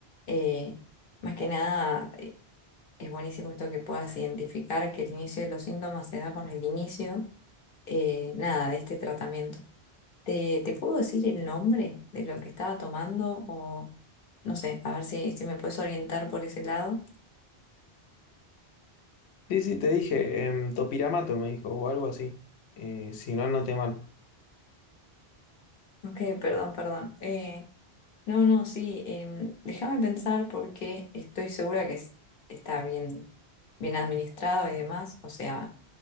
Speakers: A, on the left; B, on the left.
A: Eh, más que nada, es buenísimo esto que puedas identificar que el inicio de los síntomas se da con el inicio, eh, nada, de este tratamiento. ¿Te, te puedo decir el nombre de lo que estaba tomando o no sé, a ver si, si me puedes orientar por ese lado?
B: Sí, sí, te dije, em, topiramato me dijo, o algo así. Eh, si no, no te mal.
A: Ok, perdón, perdón. Eh, No, no, sí, em, déjame pensar porque estoy segura que es- está bien, bien administrado y demás. O sea,